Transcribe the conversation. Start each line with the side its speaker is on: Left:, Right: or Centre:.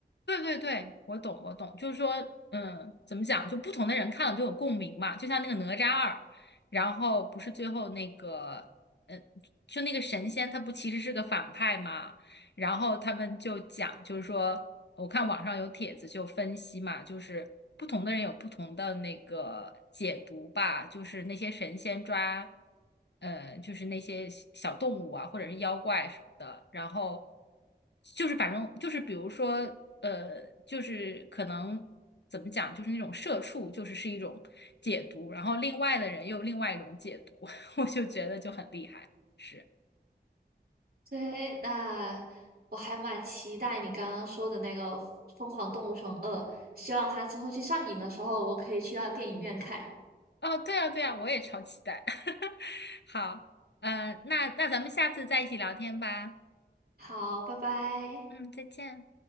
Left: 对对对，我懂我懂，就是说，嗯，怎么讲，就不同的人看了都有共鸣嘛，就像那个哪吒二，然后不是最后那个，嗯，就那个神仙他不其实是个反派嘛。然后他们就讲，就是说，我看网上有帖子就分析嘛，就是不同的人有不同的那个解读吧，就是那些神仙抓，呃，就是那些小小动物啊，或者是妖怪什么的，然后就是反正就是比如说，呃，就是可能怎么讲，就是那种社畜，就是是一种解读，然后另外的人又有另外一种解读，<laughs> 我就觉得就很厉害，是。
Right: 对，那我还蛮期待你刚刚说的那个《疯狂动物城二》，希望它之后去上映的时候，我可以去到电影院看。
Left: 哦，对啊，对啊，我也超期待。<laughs> 好，嗯、那那咱们下次再一起聊天吧。
Right: 好，拜拜。
Left: 嗯，再见。